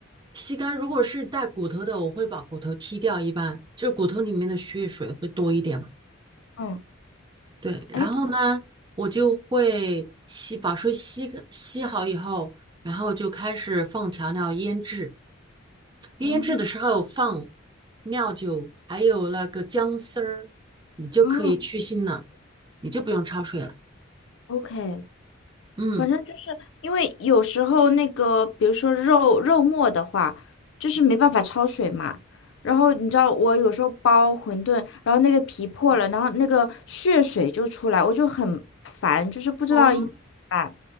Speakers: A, on the right (about 20°); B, on the left (about 65°).
A: 吸干。如果是带骨头的，我会把骨头剔掉，一般就骨头里面的血水会多一点嘛。
B: 嗯，
A: 对，然后呢，
B: 哎。
A: 我就会吸，把水吸个吸好以后，然后就开始放调料腌制。腌制的时候放
B: 嗯
A: 料酒，还有那个姜丝儿，你就可以去腥了，
B: 嗯
A: 你就不用焯水了。
B: o k
A: 嗯，
B: 反正就是因为有时候那个，比如说肉肉末的话，就是没办法焯水嘛。然后你知道我有时候包馄饨，然后那个皮破了，然后那个血水就出来，我就很烦，就是不知道应该怎么办。
A: 哦，